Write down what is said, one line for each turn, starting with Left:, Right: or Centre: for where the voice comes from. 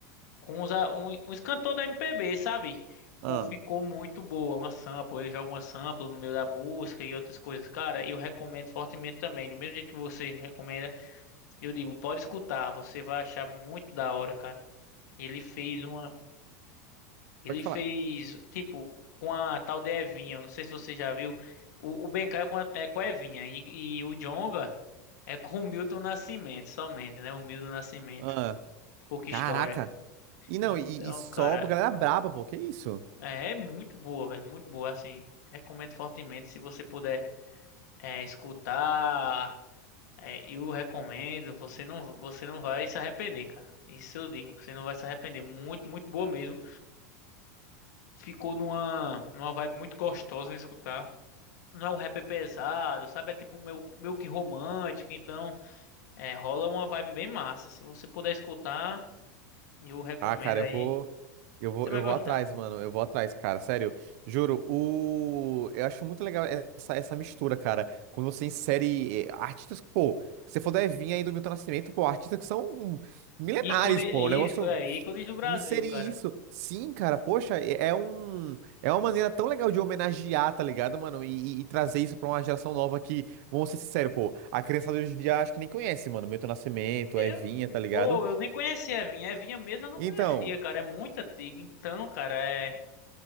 Left: Com uns, a- um, uns cantores da MPB, sabe?
Right: Ah.
Left: Pô, ficou muito boa, uma sample. Eles jogam uma sample no meio da música e outras coisas. Cara, eu recomendo fortemente também. Do mesmo jeito que você recomenda, eu digo, pode escutar, você vai achar muito da hora, cara. Ele fez uma Ele
Right: Pode
Left: fez,
Right: falar.
Left: tipo, com a tal de Evinha. eu Não sei se você já viu. O, o BK é com a, é com a Evinha. E, e o Djonga é com o Milton Nascimento, somente, né? O Milton Nascimento.
Right: Ah,
Left: Pouca
Right: caraca.
Left: história.
Right: E não,
Left: Então,
Right: e, e só
Left: cara,
Right: pra galera braba, pô. Que isso?
Left: é, é muito boa, velho. Muito boa, assim. Recomendo fortemente se você puder é, escutar. É, eu recomendo. Você não, você não vai se arrepender, cara. Isso eu digo. Você não vai se arrepender. Muito, muito boa mesmo. Ficou numa, numa vibe muito gostosa de escutar. Não é um rap pesado, sabe? É tipo meio, meio que romântico, então é, rola uma vibe bem massa. Se você puder escutar, eu recomendo
Right: Ah, cara,
Left: aí,
Right: eu vou. Eu vou,
Left: você vai
Right: eu
Left: gostar.
Right: vou atrás, mano. Eu vou atrás, cara. Sério. Juro, o... eu acho muito legal essa, essa mistura, cara. Quando você insere eh, artistas, pô. Se você for da Evinha aí do Milton Nascimento, pô, artistas que são milenares,
Left: Ícone,
Right: pô. O negócio.
Left: ícone, é, ícones do Brasil,
Right: Inserir
Left: cara.
Right: isso. Sim, cara, poxa, é é um, é uma maneira tão legal de homenagear, tá ligado, mano? E, e- e trazer isso pra uma geração nova que, vamos ser sinceros, pô, a criançada hoje em dia acho que nem conhece, mano, Milton Nascimento,
Left: Eu,
Right: Evinha, tá ligado?
Left: pô, eu nem conhecia a Evinha. A Evinha mesmo eu não
Right: Então,
Left: conhecia, cara. É muito antiga, então, cara, é,